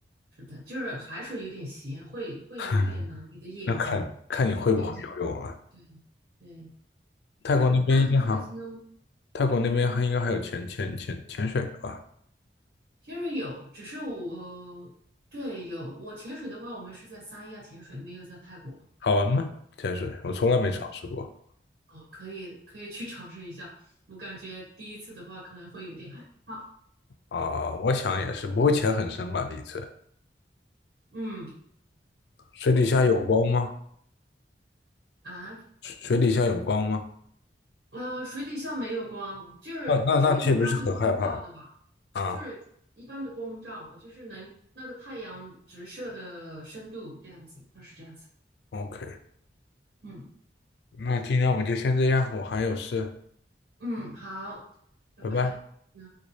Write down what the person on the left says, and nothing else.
<laughs> 那看看你会不会游泳啊？
泰国那边应该还，
泰国那边还应该还有潜潜潜潜水吧？
好玩吗？潜水我从来没尝试过。
啊、我想也是，不会潜很深吧？第一次，
水底下有光吗？
水水底下有光吗？
那那那岂不是很害怕啊
？OK，
那今天我们就先这样，我还有事，
拜拜。